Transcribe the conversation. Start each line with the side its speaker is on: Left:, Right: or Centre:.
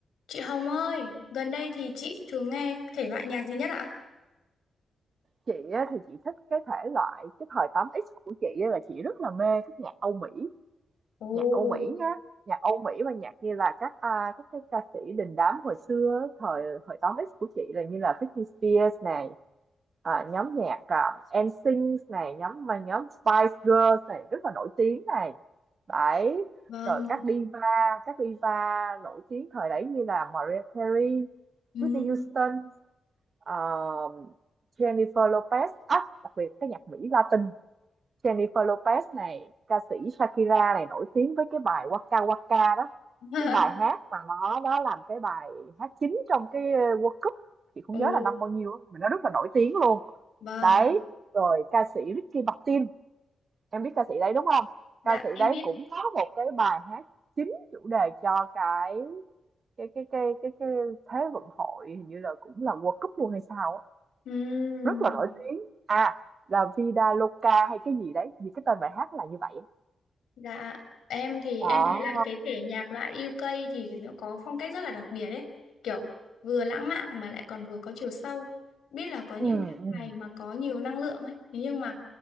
Left: Chị Hồng ơi, gần đây thì chị thường nghe thể loại nhạc gì nhất ạ?
Right: Chị á, thì chị thích cái thể loại cái thời 8X của chị á, là chị rất là mê cái nhạc Âu Mỹ
Left: Ồ,
Right: nhạc Âu Mỹ nhá nhạc Âu Mỹ và nhạc như là các à, các cái ca sĩ đình đám hồi xưa á, thời thời 8X của chị là như là Britney Spears này à, nhóm nhạc à, NSYNC này nhóm mà nhóm Spice Girls này rất là nổi tiếng này đấy
Left: Vâng.
Right: rồi các diva các diva nổi tiếng thời đấy như là Mariah Carey
Left: Ừ.
Right: Whitney Houston Ờ, Jennifer Lopez Ách, đặc biệt cái nhạc Mỹ Latin Jennifer Lopez này ca sĩ Shakira này nổi tiếng với cái bài Waka Waka đó
Left: <laughs>
Right: cái bài hát mà nó nó làm cái bài hát chính trong cái ờ, World Cup chị không
Left: Ồ,
Right: nhớ là năm bao nhiêu á, nhưng mà nó rất là nổi tiếng luôn
Left: vâng.
Right: đấy rồi ca sĩ Ricky Martin em biết ca sĩ đấy đúng không
Left: Dạ,
Right: ca sĩ
Left: em
Right: đấy
Left: biết.
Right: cũng có một cái bài hát chính chủ đề cho cái cái cái cái cái, cái thế vận hội hình như là cũng là World Cup luôn hay sao á
Left: Ừ.
Right: rất là nổi tiếng. À, là Vida Loca hay cái gì đấy, vì cái tên bài hát là như vậy á.
Left: Dạ, em thì
Right: Đó.
Left: em thấy là cái thể nhạc loại UK thì nó có phong cách rất là đặc biệt ấy. Kiểu vừa lãng mạn mà lại còn vừa có chiều sâu. Biết là có những
Right: Ừm,
Left: cái
Right: ừm,
Left: bài mà có nhiều năng lượng ấy. Thế nhưng mà